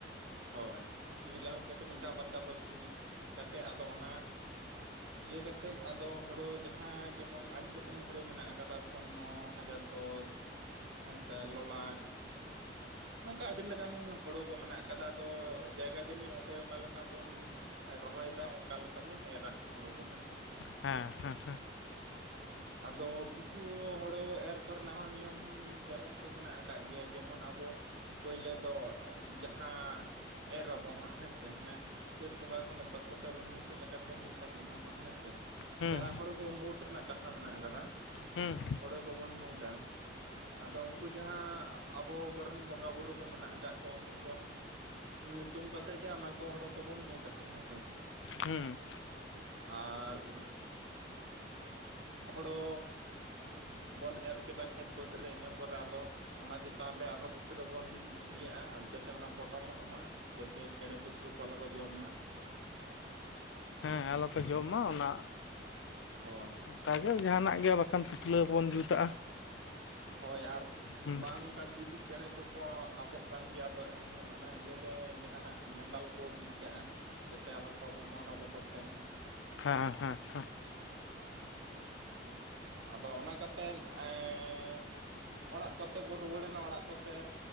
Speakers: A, on the right; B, on the left.
A: ᱦᱚᱭ ᱥᱤ ᱞᱟᱹᱦᱩᱫ ᱠᱟᱛᱮᱫ ᱢᱤᱫ ᱫᱷᱟᱣ ᱵᱟᱨ ᱫᱷᱟᱣ ᱵᱚᱱ ᱥᱤ ᱠᱟᱛᱮᱫ ᱟᱫᱚ ᱚᱱᱟ ᱤᱭᱟᱹ ᱠᱟᱛᱮᱫ ᱟᱫᱚ ᱦᱳᱲᱳ ᱡᱟᱦᱟᱸ ᱡᱮᱢᱚᱱ ᱟᱹᱰᱤ ᱨᱚᱠᱚᱢ ᱦᱳᱲᱳ ᱢᱮᱱᱟᱜ ᱟᱠᱟᱫᱟ ᱥᱚᱨᱱᱚ ᱦᱟᱡᱟᱨ ᱫᱚᱥ ᱦᱮᱸ ᱥᱮ ᱞᱚᱞᱟᱴ ᱱᱚᱝᱠᱟ ᱟᱹᱰᱤ ᱞᱮᱠᱟᱱ ᱦᱳᱲᱳ ᱠᱚ ᱢᱮᱱᱟᱜ ᱟᱠᱟᱫᱟ ᱟᱫᱚ ᱡᱟᱭᱜᱟ ᱡᱟᱹᱱᱤᱡ ᱚᱠᱚᱭ ᱚᱠᱟ ᱞᱮᱠᱟ ᱵᱚᱱ ᱨᱚᱦᱚᱭ ᱫᱟ ᱚᱱᱠᱟ ᱞᱮᱠᱟ ᱵᱚᱱ ᱮᱨᱟ ᱦᱟᱜ ᱦᱩᱲᱩ ᱠᱚ ᱦᱮᱸᱥᱮ᱾
B: ᱦᱮᱸ ᱦᱮᱸ ᱦᱮᱸ᱾
A: ᱟᱫᱚ ᱠᱤᱪᱷᱩ ᱦᱳᱲᱳ ᱮᱨ ᱠᱚᱨᱮᱱᱟᱜ ᱦᱚᱸ ᱱᱤᱭᱚᱢ ᱫᱷᱚᱨᱚᱢ ᱠᱚ ᱢᱮᱱᱟᱜ ᱠᱟᱜ ᱜᱮᱭᱟ ᱡᱮᱢᱚᱱ ᱟᱵᱚ ᱯᱟᱹᱭᱞᱟᱹ ᱫᱚ ᱡᱟᱦᱟᱸ ᱮᱨ ᱟᱵᱚ ᱦᱟᱸᱜ ᱦᱮᱸ ᱥᱮ ᱦᱟᱱᱮ ᱪᱟᱹᱛ ᱵᱚᱸᱜᱟ ᱠᱷᱚᱱ ᱮᱛᱚᱦᱚᱵ ᱠᱟᱛᱮ ᱨᱩᱱᱦᱤ ᱥᱮᱫ ᱞᱮᱠᱟᱛᱮ ᱱᱤᱛ ᱦᱟᱹᱵᱤᱡ ᱦᱚᱸ ᱦᱟᱸᱜ ᱦᱮᱸ ᱥᱮ᱾
B: ᱦᱩᱸ
A: ᱡᱟᱦᱟᱸ ᱦᱚᱲᱵᱚ ᱢᱩᱴ ᱨᱮᱱᱟᱜ ᱠᱟᱛᱷᱟ ᱢᱮᱱᱟᱜ ᱠᱟᱫᱟ
B: ᱦᱩᱸ᱾
A: ᱦᱳᱲᱳ ᱠᱚᱵᱚᱱ ᱢᱩᱴᱟ ᱟᱫᱚ ᱩᱱᱠᱩ ᱡᱟᱦᱟᱸ ᱟᱵᱚ ᱠᱚᱨᱮᱱ ᱵᱚᱸᱜᱟ ᱵᱩᱨᱩ ᱠᱚ ᱢᱮᱱᱟᱜ ᱟᱠᱟᱜ ᱠᱚᱣᱟ ᱩᱱᱠᱩ ᱠᱚ ᱧᱩᱛᱩᱢ ᱠᱟᱛᱮᱜ ᱜᱮ ᱚᱱᱟ ᱠᱚ ᱦᱳᱲᱳ ᱠᱚᱵᱚᱱ ᱢᱩᱴ ᱟ ᱦᱟᱜ ᱦᱮᱸᱥᱮ᱾
B: ᱦᱩᱸ᱾
A: ᱟᱨ ᱦᱳᱲᱳ ᱵᱚᱱ ᱮᱨ ᱠᱮᱫᱟ ᱠᱷᱮᱛ ᱵᱟᱹᱫᱽ ᱨᱮ ᱤᱱᱟᱹ ᱯᱚᱨᱮ ᱟᱫᱚ ᱚᱱᱟ ᱪᱮᱛᱟᱱ ᱨᱮ ᱟᱨᱚᱸ ᱫᱩᱥᱨᱟᱹ ᱵᱚᱱ ᱥᱤᱭᱟᱜᱼᱟ ᱡᱟᱛᱮ ᱚᱱᱟ ᱯᱚᱴᱚᱢᱚᱜ ᱢᱟ᱾ ᱡᱟᱛᱮ ᱪᱮᱬᱮ ᱪᱤᱯᱨᱩ ᱠᱚ ᱟᱞᱚᱠᱚ ᱡᱚᱢ ᱢᱟ᱾
B: ᱦᱮ ᱟᱞᱚ ᱠᱚ ᱡᱚᱢ ᱢᱟ ᱚᱱᱟ
A: ᱦᱳᱭ᱾
B: ᱚᱱᱠᱟᱜᱮ ᱡᱟᱦᱟᱱᱟᱜ ᱜᱮ ᱵᱟᱠᱷᱟᱱ ᱯᱩᱛᱞᱟᱹ ᱵᱚᱱ ᱡᱩᱛᱟᱜᱼᱟ᱾
A: ᱦᱳᱭ ᱟᱨ
B: ᱦᱩᱸ
A: ᱵᱟᱝ ᱠᱟᱡ ᱡᱩᱫᱤ ᱪᱮᱬᱮ ᱠᱚᱠᱚ ᱟᱵᱚᱜ ᱠᱟᱱ ᱜᱮᱭᱟ ᱟᱫᱚ ᱩᱱ ᱚᱱᱟ ᱤᱭᱟᱹᱨᱮ ᱡᱟᱦᱟᱱᱟᱜ ᱡᱷᱟᱱᱰᱟᱞ ᱠᱚ ᱵᱤᱫ ᱠᱟᱜᱼᱟ᱾ ᱡᱟᱛᱮ ᱟᱞᱚ ᱠᱚ ᱟᱵᱚᱜ ᱢᱟ ᱚᱱᱟ ᱵᱚᱛᱚᱨ ᱛᱮ᱾
B: ᱦᱟᱸ ᱦᱟᱸ ᱦᱟᱸ ᱾
A: ᱟᱫᱚ ᱚᱱᱟ ᱠᱟᱛᱮᱫ ᱮᱸ ᱚᱲᱟᱜ ᱠᱚᱛᱮ ᱠᱚ ᱨᱩᱣᱟᱹᱲᱮᱱᱟ ᱚᱲᱟᱜ ᱠᱚᱛᱮ